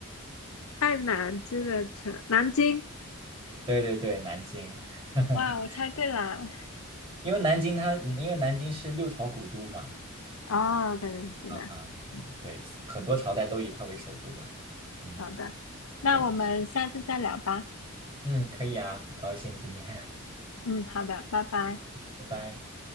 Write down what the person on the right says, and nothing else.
对对对，南京，<laughs>
因为南京它因为南京是六朝古都嘛，
啊、嗯，
对，很多朝代都以它为首都了，嗯，
对，是，嗯，可以啊，很高兴今天，
<laughs> 拜拜。